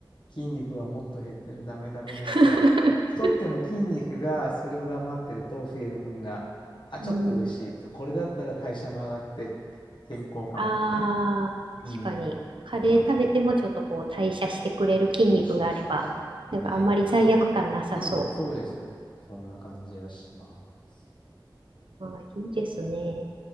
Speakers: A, on the left (about 65°); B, on the right (about 75°).
A: 筋肉はもっと減ってる、ダメダメダメとか、
B: <laughs>
A: 太っても筋肉がそれを上回ってると増える分が、あ、ちょっと嬉しいと。
B: うん。
A: これだったら代謝も上がって、健康かもとかね。
B: ああ、
A: うん。
B: 確かに。カレー食べてもちょっとこう代謝してくれる筋肉があれば、
A: そんなこと。そうそうそうそう。
B: なんかあんまり罪悪感なさそう。
A: ね。うん、そうです。そんな感じはします。
B: ああ、いいですね。